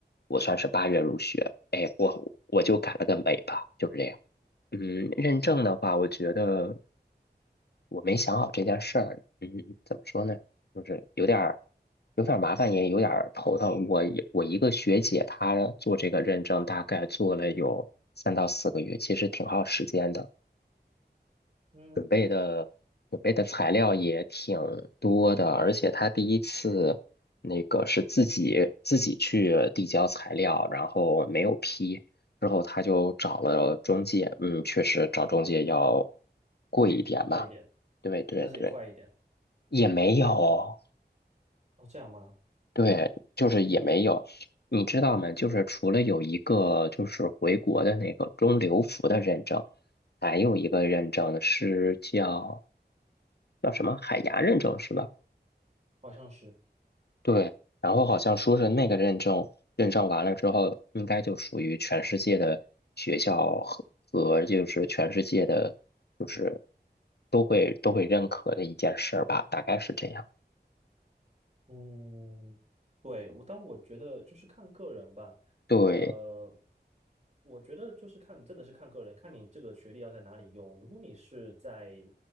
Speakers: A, on the left (about 65°); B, on the right (about 40°).
A: 我算是八月入学，哎，我我就改了个尾巴，就是这样。嗯，认证的话，我觉得我没想好这件事儿。嗯，怎么说呢？就是有点儿，有点儿麻烦，也有点儿头疼。我一我一个学姐，她做这个认证，大概做了有三到四个月，其实挺耗时间的。
B: 嗯，
A: 准备。准备的材料也挺多的，
B: 对，
A: 而且他第一次那个是自己自己去递交材料，然后没有批，之后他就找了中介，嗯，确实找中介要贵一点吧，
B: 快一点，
A: 对对对，
B: 但是也快一点，
A: 也没有，
B: 哦，这样吗？
A: 对，就是也没有，你知道吗？就是除了有一个就是回国的那个中留服的认证，还有一个认证是叫叫什么海牙认证是吧？
B: 好像是。
A: 对，然后好像说是那个认证，认证完了之后，应该就属于全世界的学校和和就是全世界的，就是都会都会认可的一件事儿吧，大概是这样。
B: 嗯，对，我，但我觉得就是看个人吧。
A: 对，
B: 呃，我觉得就是看，真的是看个人，看你这个学历要在哪里用。如果你是在